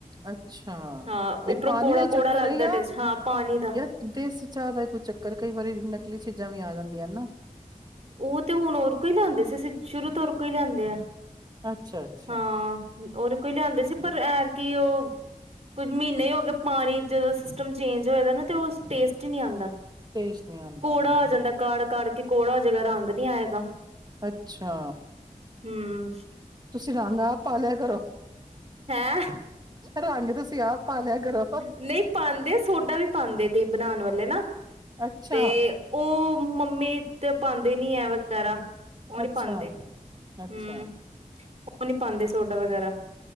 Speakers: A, on the right (about 30°); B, on the right (about 50°).
A: ਅੱਛਾ,
B: ਹਾਂ
A: ਬਈ
B: ਉੱਪਰੋਂ
A: ਪਾਣੀ
B: ਕੌੜਾ
A: ਦਾ ਹੀ
B: ਕੌੜਾ
A: ਚੱਕਰ
B: ਲੱਗਦਾ
A: ਹੈ ਯਾ
B: ਟੇਸਟ ਹਾਂ ਪਾਣੀ ਦਾ
A: ਯਾਰ ਦੇਸੀ ਚਾਹ ਦਾ ਕੋ ਚੱਕਰ ਕਈ ਵਾਰੀ ਨਕਲੀ ਚੀਜ਼ਾਂ ਵੀ ਆ ਜਾਂਦੀਆਂ ਹਨ। ਨਾ
B: ਉਹ ਤੇ ਹੁਣ ਹੋਰ ਕੋਈ ਹੀ ਲਿਆਂਦੇ ਸੀ। ਅਸੀਂ ਸ਼ੁਰੂ ਤੋ ਹੋਰ ਕੋਈ ਲਿਆਂਦੇ ਆ।
A: ਅੱਛਾ-ਅੱਛਾ,
B: ਹਾਂ ਉਹਦੇ ਕੋ ਹੀ ਲਿਆਂਦੇ ਸੀ ਪਰ ਐਰ ਕਿ ਉਹ ਕੁੱਝ ਮਹੀਨੇ ਹੀ ਹੋ ਗਏ ਪਾਣੀ ਜਦੋਂ ਸਿਸਟਮ ਚੇਂਜ ਹੋਏ ਦਾ ਨਾ ਤੇ ਉਹ ਟੇਸਟ ਹੀ ਨਹੀਂ ਆਉਂਦਾ।
A: ਟੇਸਟ ਨੀ ਆਂਦਾ
B: ਕੌੜਾ
A: ਹੋਣਾ
B: ਹੋ
A: ਹੂੰ,
B: ਜਾਂਦਾ ਕਾੜ ਕਾੜ ਕੇ ਕੌੜਾ ਜਗ੍ਹਾ ਰੰਗ ਨੀ ਆਏਗਾ
A: ਅੱਛਾ
B: ਹਮ
A: ਤੁਸੀਂ ਰੰਗ ਆਪ ਪਾ ਲਿਆ ਕਰੋ।
B: ਹੈਂ
A: ਰੰਗ ਤੁਸੀਂ ਆਪ ਪਾ ਲਿਆ ਕਰੋ,
B: ਨਹੀਂ ਪਾਉਂਦੇ ਸੋਡਾ ਵੀ ਪਾਉਂਦੇ ਕਈ ਬਣਾਉਣ ਵਾਲੇ ਹਲੇ ਨਾ
A: ਅੱਛਾ,
B: ਤੇ ਉਹ ਮੰਮੀ ਤੇ ਪਾਉਂਦੇ ਨੀ ਹੈ ਵਗੈਰਾ ਉਹ ਨੀ
A: ਅੱਛਾ।
B: ਪਾਉਂਦੇ
A: ਅੱਛਾ,
B: ਹਮ ਉਹ ਨਹੀਂ ਪਾਉਂਦੇ ਸੋਡਾ ਵਗੈਰਾ